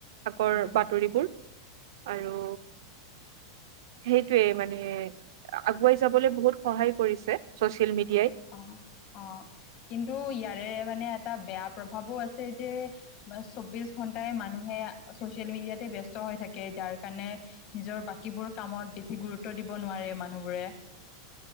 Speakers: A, on the right; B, on the left.
A: আগৰ
B: উম,
A: বাতৰিবোৰ। আৰু সেইটোৱে মানে, আগুৱাই যাবলৈ বহুত সহায় কৰিছে। ছ'চিয়েল মিডিয়াই।
B: অ', অ', কিন্তু, ইয়াৰে মানে এটা বেয়া প্ৰভাৱো আছে যে চৌবিশ ঘণ্টাই মানুহে, চচিয়েল মিডিয়াতে ব্যস্ত হৈ থাকে। যাৰ কাৰণে নিজৰ বাকীবোৰ কামত, বেছি গুৰুত্ব দিব নোৱাৰে মানুহবোৰে।